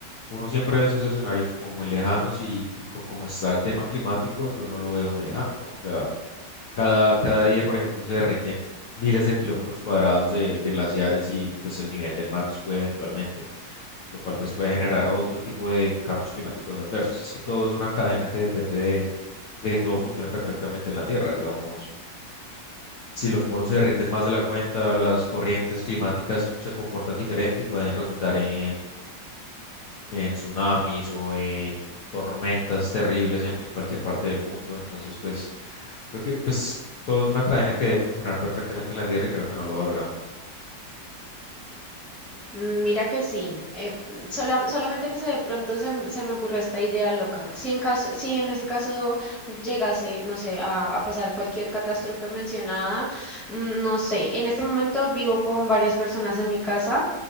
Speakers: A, on the left (about 60°); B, in the centre.
A: uno siempre ve esos escenarios como muy lejanos y, y co- como está el tema climático, yo no lo veo muy lejano, ¿no? O sea, cada, cada día, por ejemplo, se derriten miles de kilómetros cuadrados de, de glaciares y pues el nivel del mar sube eventualmente lo cual pues puede generar otro tipo de cambios climáticos adversos. Es que todo es una cadena que depende de, de que todo funcione perfectamente en la Tierra. Digamos, si los polos se derriten más de la cuenta, las corrientes climáticas se comportan diferente y pueden resultar en, en tsunamis o en tormentas terribles en, en cualquier parte del mundo. Entonces, pues creo que pues todo es una cadena que debe funcionar perfectamente en la Tierra y creo que no lo valoramos.
B: Mm, Mira que sí, eh, mm, sola- solamente que se de pronto se, m- se me ocurre esta idea loca. Si en caso, si en ese caso llegase, no sé, a, a pasar cualquier catástrofe mencionada, mm, no sé, en este momento vivo con varias personas en mi casa